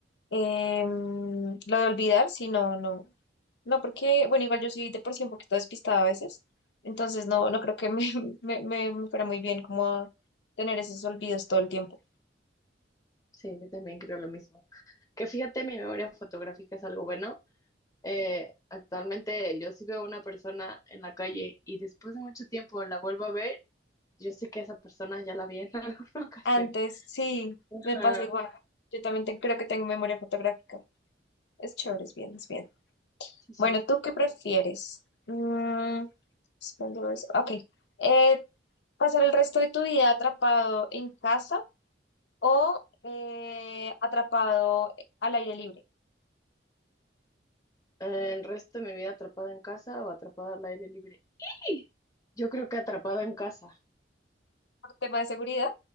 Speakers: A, on the left; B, on the left.
A: Em, lo de olvidar, si no, no. No, porque, bueno, igual yo soy de por sí un poquito despistada a veces, entonces no, no creo que me, <laughs> me, me- me fuera muy bien como tener esos olvidos todo el tiempo.
B: Sí, yo también creo lo mismo. Que fíjate, mi memoria fotográfica es algo bueno Eh, actualmente yo si veo a una persona en la calle y después de mucho tiempo la vuelvo a ver, yo sé que esa persona ya la vi en <laughs> alguna ocasión.
A: Antes, sí,
B: Ajá,
A: me pasa igual. Yo también te- creo que tengo memoria fotográfica. Es chévere, es bien, es bien.
B: sí, sí.
A: Bueno, ¿tú qué prefieres? Mm, suspender eso. ok. Eh, ¿pasar el resto de tu vida atrapado en casa o eh, atrapado al aire libre?
B: El resto de mi vida atrapada en casa o atrapada al aire libre. ¡Ih! Yo creo que atrapada en casa.
A: Por tema de seguridad,